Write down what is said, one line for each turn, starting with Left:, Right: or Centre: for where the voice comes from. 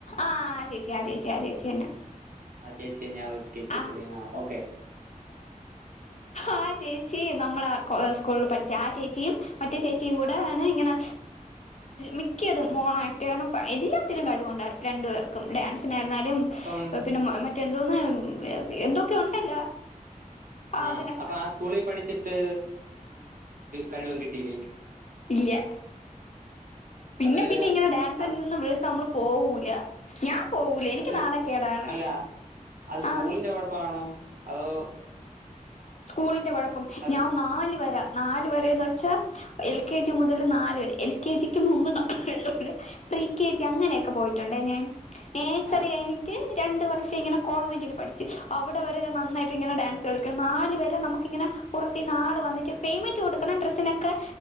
Left: ആഹ് ആ ചേച്ചി ആ ചേച്ചി ആ ചേച്ചി തന്നെ
Right: ആ ചേച്ച ഞാവ <unintelligible>
Left: ആഹ്
Right: ഓക്കെ
Left: ആഹ് ചേച്ചി നമ്മള ആ സ്കൂളിൽ പഠിച്ച ആ ചേച്ചിയും മറ്റേ ചേച്ചിയും കൂടെണ് ഇങ്ങനെ മിക്കതും മോണോആക്റ്റ് എല്ലാത്തിനും കഴിവുണ്ട് രണ്ടു പേർക്കും ഡാൻസ് ആരുന്നാലും
Right: അപ്പം
Left: പിന്നെ മറ്റെ തോന്ന എന്തൊക്കെ ഉണ്ടല്ലോ
Right: ആഹ്
Left: അതിന
Right: അപ്പൊ ആ സ്കൂളി പഠിച്ചിട്ട് കഴിവും കിട്ടിയില്ലേ
Left: ഇല്ല പിന്നെ
Right: അത്
Left: പിന്നെ ഇങ്ങനെ ഡാൻസ്
Right: അത്
Left: ഒന്നും വിളിച്ച നമ്മള് പോവൂല ഞാൻ പോവൂല എനിക്ക്
Right: അത്
Left: നാണക്കേടാണ്
Right: സ്- അല്ല സ്കൂളിന്റെ
Left: ആഹ്
Right: കുഴപ്പാണോ അത്
Left: സ്കൂളിന്റെ കുഴപ്പം പ്പം
Right: അത്
Left: ഞാൻ നാല് വരാ നാല് വരെന്ന് വെച്ചാ എൽ കെ ജി മുതല് നാല് വരെ എൽ കെ ജിക്ക് മുമ്പ് നമ്മ പ്രി കെ ജി അങ്ങനെയൊക്കെ പോയിട്ടുണ്ട് ഞാൻ നഴ്സറി
Right: ആഹ്
Left: കഴിഞ്ഞിട്ട് രണ്ട് വർഷം ഇങ്ങനെ കോൺവെന്റിൽ പഠിച്ച് അവിടെ വരെ ഞാൻ നന്നായിട്ട് ഇങ്ങെനെ ഡാൻസ് കളിക്കാൻ നാല് വരെ നമുക്ക് ഇങ്ങനെ പുറത്ത് നിന്ന് ആള് വന്നിട്ട് പേയ്മെന്റ് കൊടുക്കണം ഡ്രസിനൊക്കെ